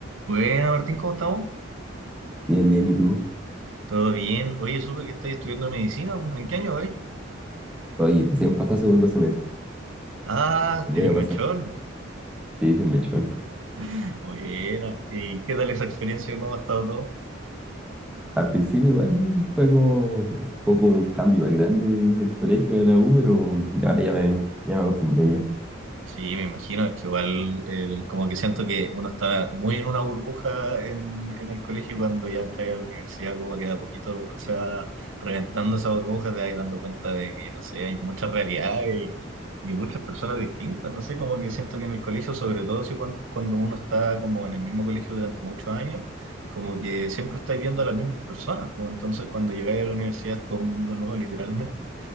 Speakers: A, on the right; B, in the centre.
A: Bueno, Martín, ¿cómo estamos?
B: Bien, bien, ¿y tú?
A: ¿Todo bien? Oye, supe que estás estudiando medicina. ¿no? ¿En qué año hoy?
B: Oye, recién pasa segundo semestre.
A: Ah,
B: Lo voy
A: eres
B: a
A: mechón.
B: pasar. Sí, soy mechón.
A: <laughs> Buena. ¿y qué tal esa experiencia? ¿Cómo ha estado todo?
B: Al principio igual fue como un poco un cambio más grande de- del colegio de la U, pero ya ahora ya me, ya me acostumbré ya.
A: Sí, me imagino, es que igual eh, como que siento que uno está muy en una burbuja en, en el colegio y cuando ya entra a la universidad, como que de a poquito se va reventando esa burbuja, te vas dando cuenta de que, no sé, hay muchas realidades y, y muchas personas distintas, no sé, como que siento que en el colegio, sobre todo si cuan- cuando, uno está como en el mismo colegio durante muchos años, como que siempre estáis viendo a las mismas personas, como entonces cuando llegáis a la universidad es todo un mundo nuevo, literalmente.